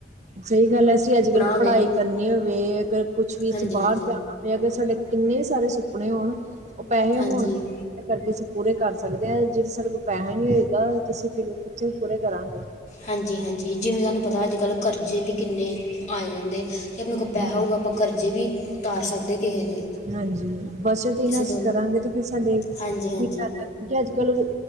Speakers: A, on the right; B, on the left.
A: ਸਹੀ ਗੱਲ ਹੈ, ਅਸੀਂ ਅੱਜ-ਕੱਲ੍ਹ
B: ਹੋਵੇ
A: ਪੜ੍ਹਾਈ ਕਰਨੀ ਹੋਵੇ, ਅਗਰ ਕੁਛ ਵੀ
B: ਹਾਂਜੀ
A: ਅਸੀਂ ਬਾਹਰ
B: ਹਾਂਜੀ
A: ਜਾ ਤੇ ਅਗਰ ਸਾਡੇ ਕਿੰਨੇ ਸਾਰੇ ਸੁਪਨੇ ਹੋਣ ਉਹ ਪੈਸੇ ਨੀ
B: ਹਾਂਜੀ
A: ਹੋਣ ਕਰਕੇ ਅਸੀਂ ਪੂਰੇ ਕਰ ਸਕਦੇ ਹਾਂ ਜੇ ਸਾਡੇ ਕੋਲ ਪੈਸਾ ਨੀ ਹੋਏਗਾ ਤੇ ਅਸੀਂ ਫਿਰ ਕਿੱਥੇ ਪੂਰੇ ਕਰਾਂਗੇ।
B: ਹਾਂਜੀ-ਹਾਂਜੀ, ਜਿਵੇਂ ਤੁਹਾਨੂੰ ਪਤਾ ਅੱਜ-ਕੱਲ੍ਹ ਕਰਜ਼ੇ ਵੀ ਕਿੰਨੇ ਆ ਜਾਂਦੇ ਜੇ ਆਪਣੇ ਕੋਲ ਪੈਸਾ
A: ਹਮ
B: ਹੋਊਗਾ ਪ ਕਰਜ਼ੇ ਵੀ ਉਤਾਰ ਸਕਦੇ ਕਿਸੇ ਦੇ।
A: ਹਾਂਜੀ, ਬਚਤ ਹੀ
B: ਕਿਸੇ
A: ਨਾ ਅਸੀਂ
B: ਤੋਂ
A: ਕਰਾਂਗੇ ਤੇ ਫਿਰ ਸਾਡੇ ਕੀ,
B: ਹਾਂਜੀ ਹਾਂਜੀ
A: ਕਿਉਂਕਿ ਅੱਜ-ਕੱਲ